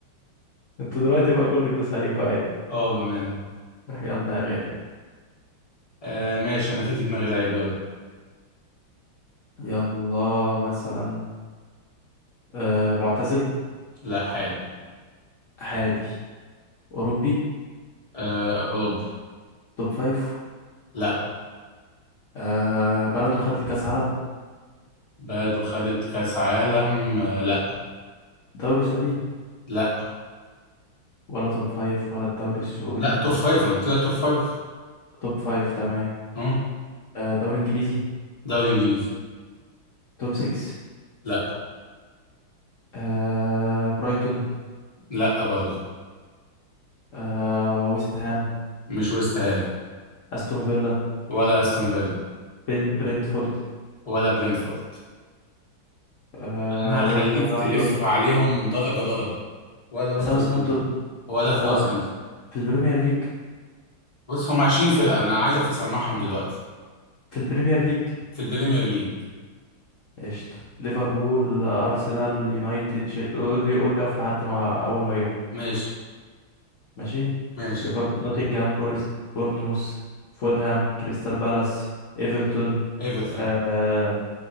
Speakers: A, on the left; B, on the left.
A: انتوا دلوقتي بقى كله يدوس عليكم عادي
B: اه بأمانة
A: يلا يا غالي
B: آه ماشي انا في في دماغي لعيب يلا
A: يلا مثلا آه معتزل
B: لا حالي
A: حالي أوروبي
B: آه اوروبا
A: توب فايف
B: لا
A: آه بلده خدت كأس عالم
B: بلده خدت كاس عالم آه لا
A: دوري سعودي
B: لا
A: ولا توب فايف ولا الدوري السعودي
B: لا توب فايف انا قلت لك توب فايف
A: توب فايف تمام
B: اه
A: آه دوري إنجليزي
B: دوري انجليزي
A: توب سكس
B: لا
A: آه برايتون
B: لا برضه
A: آه ويست هام
B: مش ويست هام
A: أستون فيلا
B: ولا استون فيلا
A: بن- برنتفورد
B: ولا برينفورد
A: آه
B: انا هخليك
A: وولفرهامبتون
B: تلف عليهم درجة درجة ولا ولفرهامبتون
A: ساوثهامبتون
B: ولا ساوثهامبتون
A: هو في البريمير ليج
B: بص هم 20 فرقة انا عايزك تسمعهم دلوقتي
A: في البريمير ليج
B: في البريمير ليج
A: قشطة ليفربول أرسنال يونايتد تشيل قول لي قول لي أقف لحد ما أول ما أجيبها
B: ماشي
A: ماشي
B: ماشي
A: ليفربول نوتنجهام فورست بورنموث فولهام كريستال بالاس إيفرتون
B: ايفرتون
A: آه...